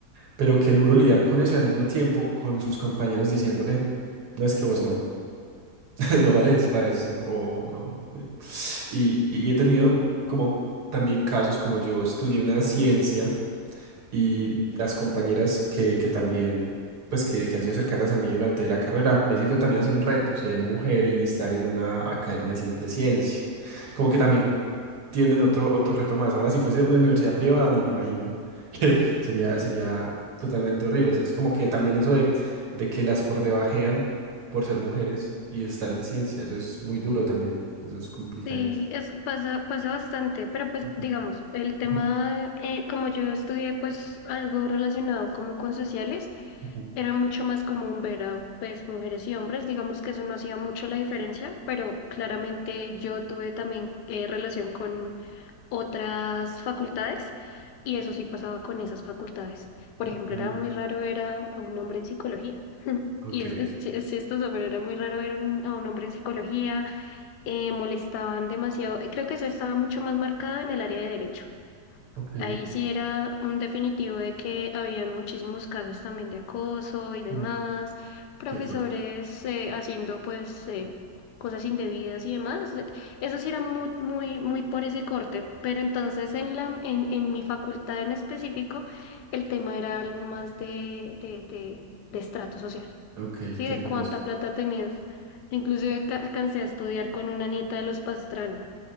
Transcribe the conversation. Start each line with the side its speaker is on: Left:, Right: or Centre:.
Right: Pero qué duro lidiar con eso y al mismo tiempo con sus compañeros diciéndole, no es que vos no, <laughs> no vales para esto o no. Sí. Y, y he tenido como también casos como yo estudié una ciencia. Y las compañeras que, que también, pues que, que han sido cercanas a mí durante la carrera, me dicen que eso también ha sido un reto, ser mujer y estar en una academia cien- de ciencia. Como que también tienden otro, otro reto más. Ahora, si fuese una universidad privada, ni me imagino <laughs> que sería, sería totalmente horrible. Es es como que también eso de, de que las por debajean por ser mujeres y estar en ciencia, eso es muy duro también. Eso es complicado.
Left: Sí, es, pasa, pasa bastante, pero pues
Right: Ujú,
Left: digamos, el tema,
Right: ujú,
Left: eh, como yo estudié pues algo relacionado como con sociales,
Right: ujú.
Left: era mucho más común ver a pues mujeres y hombres, digamos que eso no hacía mucho la diferencia, pero claramente yo tuve también eh, relación con otras facultades y eso sí pasaba con esas facultades. Por
Right: Ok,
Left: ejemplo, era muy raro ver a, a un hombre en psicología.
Right: ok,
Left: Y es, es,
Right: sí,
Left: chi- es chistoso, pero era muy raro ver un- a un hombre en psicología eh, molestaban demasiado. eh, Creo que eso estaba mucho más marcado en el área de derecho.
Right: ok.
Left: Ahí sí era un definitivo de que habían muchísimos casos también de acoso y demás,
Right: Mm,
Left: profesores
Right: Qué fuerte.
Left: eh, haciendo pues eh, cosas indebidas y demás. Eh, Eso sí era muy, muy, muy por ese corte, pero entonces en la, en, en mi facultad en específico, el tema era algo más de, de, de de estrato social.
Right: Ok,
Left: Sí,
Right: qué
Left: de
Right: curioso.
Left: cuánta plata tenías. Inclusive ca- alcancé a estudiar con una nieta de los Pastrana.